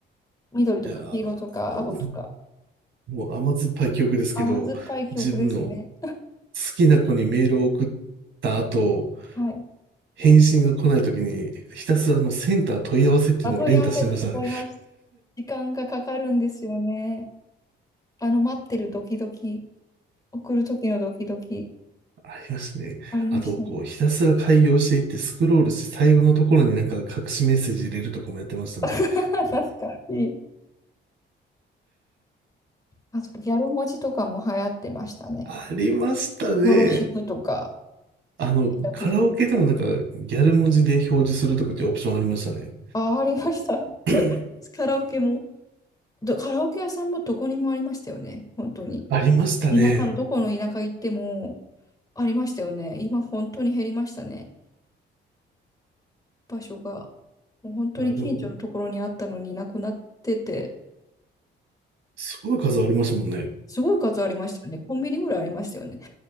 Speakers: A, on the left; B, on the right.
A: 緑とか黄色とか青とか、
B: いやー、もう、もう甘酸っぱい記憶ですけど、
A: 甘酸っぱい記憶ですね。
B: 自分の好きな子にメールを送った後、
A: はい。
B: 返信が来ないときに、ひたすらのセンター問い合わせっていうのを連打してましたね。
A: あ、問い合わせてた、問い合わせてた。時間がかかるんですよね。あの、待ってるドキドキ、送る時のドキドキ、
B: ありましたね。
A: ありましたね。
B: あと、こう、ひたすら開業していってスクロールして最後のところになんか隠しメッセージ入れるとかもやってましたね。
A: <laughs> 懐かしい。あと、ギャル文字とかも流行ってましたね。
B: ありましたね。
A: よろしくとか、
B: あの、
A: ラブユーとか。
B: カラオケでもなんかギャル文字で表示するとかっていうオプションありましたね。
A: あ、ありました。<laughs>
B: <clears throat>
A: カラオケも、どカラオケ屋さんもどこにもありましたよね。本当に。
B: ありましたね。
A: 田舎のどこの田舎行ってもありましたよね。今、本当に減りましたね。場所が。もう本当に近所のところにあったのになくなってて、
B: あ、でも、すごい数ありましたもんね。
A: すごい数ありましたよね。コンビニぐらいありましたよね。